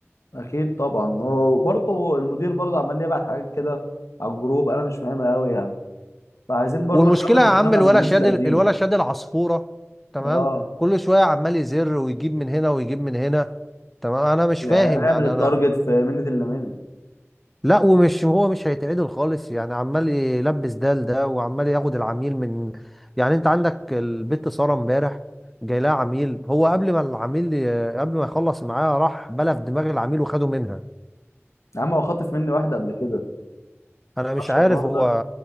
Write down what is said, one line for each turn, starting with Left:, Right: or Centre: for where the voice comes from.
Left: أكيد طبعا هو برضه المدير برضه عمال يبعت حاجات كده على الجروب أنا مش فاهمها أوي يعني فعايزين برضه
Centre: والمشكلة
Left: نحاول
Centre: يا
Left: نفهمها
Centre: عم الولا
Left: من الناس
Centre: شاد
Left: القديمة
Centre: الولا شاد العصفورة تمام
Left: أه
Centre: كل شوية عمال يزر ويجيب من هنا ويجيب من هنا تمام انا مش
Left: يعني
Centre: فاهم
Left: نعمل
Centre: يعني
Left: التارجت
Centre: انا
Left: في منة إلا منة
Centre: لا ومش هو مش هيتعدل خالص يعني عمال يلبس ده لده وعمال ياخد العميل من يعني انت عندك البت سارة امبارح جاي لها عميل هو قبل ما العميل ي- قبل ما يخلص معاه راح بلف دماغ العميل وخده منها
Left: يا عم هو خاطف مني واحدة قبل كده
Centre: انا مش
Left: معرفش
Centre: عارف
Left: الحوار
Centre: هو
Left: ده